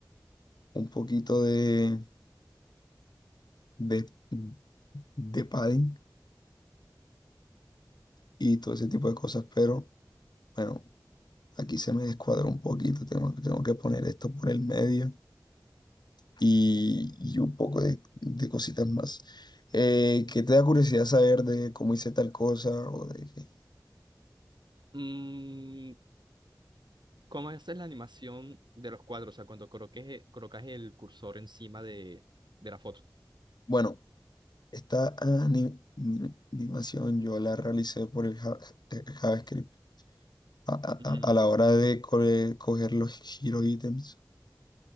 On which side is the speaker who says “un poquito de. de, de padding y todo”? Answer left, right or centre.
Left